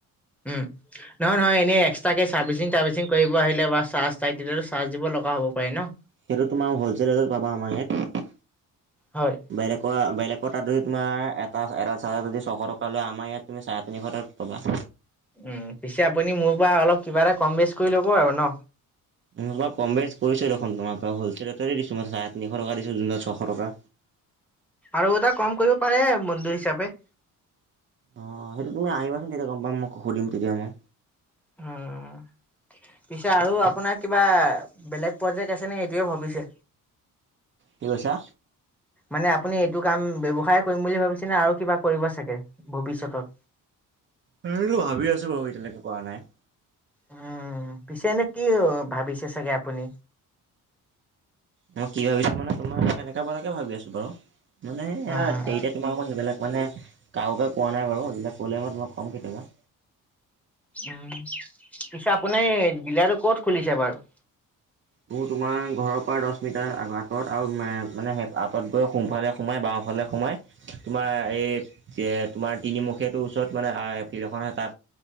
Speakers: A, in the centre; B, on the right.
A: উম, নহয় নহয় এনে এক্সট্ৰাকে চাৰ্ভিচিং তাৰ্ভিচিং কৰিব আহিলে বা চাৰ্জ চাই তেতিয়াটো চাৰ্জ দিব লগা হ'ব পাৰে ন।
B: সেইটো তোমাৰ হলচেলটত পাবা আমাৰ ইয়াত
A: হয়।
B: বেলেগ বেলেগৰ তাত যদি তোমাৰ এটা এটা চাৰ্জাৰ যদি ছশ টকা লয় আমাৰ ইয়াত তুমি চাৰে তিনিশটাত পাবা।
A: উম, পিছে আপুনি মোৰ পৰা অলপ কিবা এটা কম বেচ কৰি ল'ব আৰু ন।
B: অলপ কম বেছ কৰিছোঁ দেখোন তোমাক হ'লচেল ৰেততে দিছো মই চাৰে তিনিশ টকা দিছোঁ যোনত ছশ টকা।
A: আৰু এটা কম কৰিব পাৰে মন্দিৰ হিচাপে।
B: অ', সেইটো তুমি আহিবাচোন তেতিয়া গম পাম মই সুধিম তেতিয়া মই।
A: উম, পিছে আৰু আপোনাৰ কিবা বেলেগ প্ৰজেক্ট আছে নে এইটয়ে ভাবিছে
B: কি কৈছা?
A: মানে আপুনি এইটো কাম ব্যৱসায় কৰিম বুলি ভাবিছে নে আৰু কিবা কৰিব চাগে। ভৱিষ্যতত?
B: উম, সেইটো ভাবি আছোঁ বাৰু এতিয়ালৈকে কৰা নাই।
A: উম, পিছে এনে কি ভাবিছে চাগে আপুনি?
B: মই কি ভাবিছোঁ মানে তোমাৰ সেনেকা পৰাকে ভাবি আছো বাৰু। মানে সেয়া
A: উম,
B: এতিয়া তোমাক মই সেইবিলাক মানে কাৰোকে কোৱা নাই বাৰু সেইবিলাক ক'লে, মই তোমাক ক'ম কেতিয়াবা।
A: উম, পিছে আপোনি এই ডিলাৰটো ক'ত খুলিছে বাৰু?
B: তোৰ তোমাৰ ঘৰৰ পৰা দশ মিটাৰ আঁতৰত আৰু মানে আঁত গৈ সোফালে সোমাই বাও হলে সোমাই, তোমাৰ এই তোমাৰ তিনিমুখীয়াটো ওচৰত মানে ফিল্ড এখন হয় তা